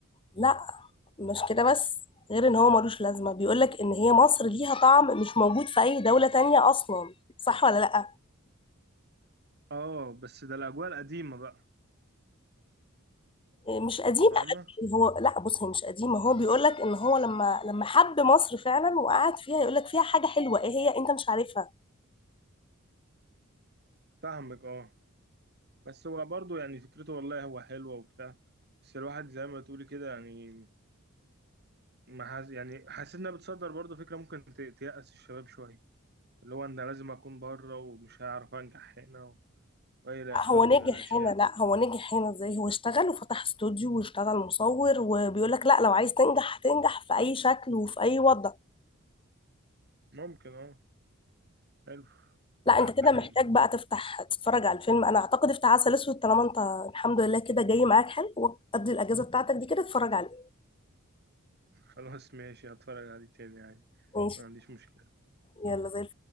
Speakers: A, on the left (about 25°); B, on the right (about 50°).
A: لا مش كده بس غير ان هو ملوش لازمه بيقولك ان هي مصر ليها طعم مش موجود في اي دوله تانية اصلا صح ولا لا
B: اه بس ده الاجواء القديمة بقى
A: إيه، مش قديمه
B: فاهمة
A: قوي. هو لا بص هي مش قديمه هو بيقولك ان هو لما لما حب مصر فعلا وقعد فيها يقولك فيها حاجه حلوه ايه هي انت مش عارفها
B: فاهمك اه بس هو برضه يعني فكرته والله هو حلوة وبتاع بس الواحد زي ما تقولي كده يعني ما حاس يعني حاسس انها بتصدر برضه فكرة ممكن ت- تيأس الشباب شوية اللي هو انا لازم اكون بره ومش هعرف انجح هنا و- والى اخره
A: هو نجح
B: من الاشياء
A: هنا
B: دي.
A: لا هو نجح هنا ازاي هو اشتغل وفتح استوديو واشتغل مصور وبيقول لك لا لو عايز تنجح هتنجح في اي شكل وفي اي وضع
B: ممكن اه حلو <coughs>
A: لا انت كده محتاج بقى تفتح تتفرج على الفيلم انا اعتقد افتح عسل اسود طالما انت الحمد لله كده جاي معاك حلو وقضي الاجازه بتاعتك دي كده اتفرج عليه
B: خلاص ماشي هتفرج عليه تاني يعني
A: ماشي
B: ما عنديش مشكلة
A: يلا زي